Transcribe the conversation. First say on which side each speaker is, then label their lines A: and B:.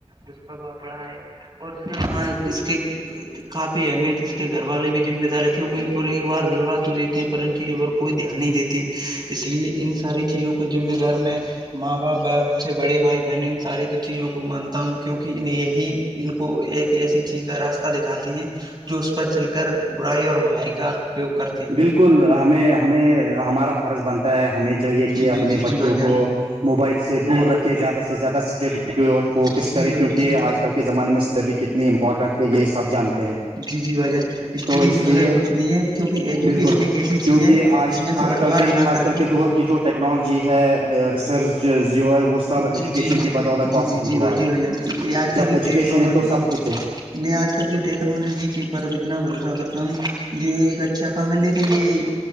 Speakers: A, on the right; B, on the right.
A: دشپربھا پڑا ہے اور اس وہاں اس کے کافی اہمیت اس کے گھر والے بھی ذمہ دار ہیں کیونکہ ان ایک بار دلوات تو دیتے ہیں پر ان چیزوں پر کوئی دھیان نہیں دیتی اس لیے ان ساری چیزوں کو ذمہ دار میں ماں باپ باپ ا سے بڑے بھائی بہن ان سارے کی چیزوں کو مانتا ہوں کیوںکہ یہی ان کو ایک ایسی چیز کا راستہ دکھاتے ہیں جو اس پر چل کر برائی اور بھلائی کا اپیوگ کرتے ہیں
B: بالکل ہمیں ہمیں ہمارا فرض بنتا ہے ہمیں چاہیے کہ
A: جی
B: اپنے
A: جی جی
B: بچوں
A: جی بھائی جان
B: کو موبائل سے دور رکھے زیادہ سے زیادہ اسٹڈی کو اور فوکس
A: جی
B: کرے
A: بھائی
B: کیونکہ
A: جی
B: آج کل زمانے میں اسٹڈی کتنی امپورٹنٹ ہے یہ سب جانتے ہیں
A: جی جی بھائی جان اسٹڈی
B: تو
A: کے
B: اس لیے
A: بغیر کچھ نہیں ہے کیونکہ ایجوکیشن
B: بالکل
A: ایک ایسی
B: کیونکہج
A: چیز ہے جس میں سے
B: آج
A: بٹوارا
B: کل کے
A: نہ
B: آج
A: کر
B: کل کے دور کی جو ٹیکنالوجی ہے ریسرچ ی ہے وہ سب ایجوکیشن
A: جی جی جی
B: کی بدولت
A: جی
B: پاسبل
A: جی جی
B: ہوا
A: بھائی
B: ہے
A: جان یہ آج کل
B: جب
A: کی
B: ایجوکیشن
A: ٹیکنالوجی
B: ہے تو سب کچ ہے
A: میں آج کل کی ٹیکنالوجی کے پر اتنا بھروسہ کرتا ہوں جو ایک اچھا کام ہے لیکن یہ